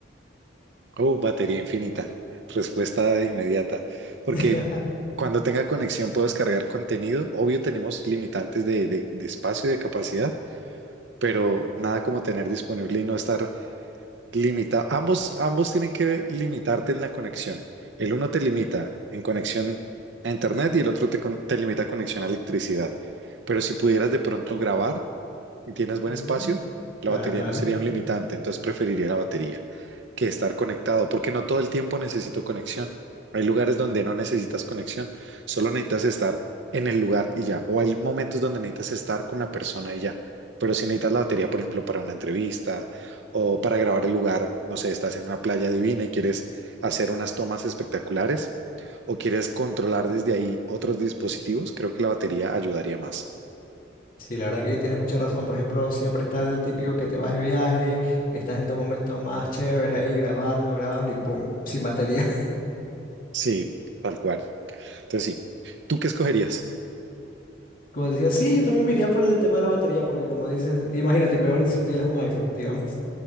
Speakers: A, on the right; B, on the left.
A: Oh, batería infinita. Respuesta inmediata. Porque
B: <laughs>
A: cuando tenga conexión puedo descargar contenido. Obvio, tenemos limitantes de, de de espacio y de capacidad pero nada como tener disponible y no estar limitado. Ambos, ambos tienen que limitarte en la conexión. El uno te limita en conexión a internet y el otro te, con- te limita a conexión a electricidad. Pero si pudieras de pronto grabar, y tienes buen
B: Mm,
A: espacio, la
B: Claro,
A: batería
B: claro.
A: no sería un limitante, entonces preferiría la batería que estar conectado, porque no todo el tiempo necesito conexión. Hay lugares donde no necesitas conexión, solo necesitas estar en el lugar y ya, o hay momentos donde necesitas estar con la persona y ya. Pero si necesitas la batería, por ejemplo, para una entrevista o para grabar el lugar, no sé, estás en una playa divina y quieres hacer unas tomas espectaculares o quieres controlar desde ahí otros dispositivos, creo que la batería ayudaría más.
B: Sí, la verdad que ahí tienes mucha razón. Por ejemplo, siempre está el típico que te vas de viaje, estás en tu momento más chévere ahí grabando, grabando y pum, sin batería. <laughs>
A: Sí, tal cual. Entonces sí. ¿Tú qué escogerías?
B: Como te decía, sí, yo también me iría por el tema de la batería, porque como dices, imagínate, peor si tuvieras un iPhone, digamos.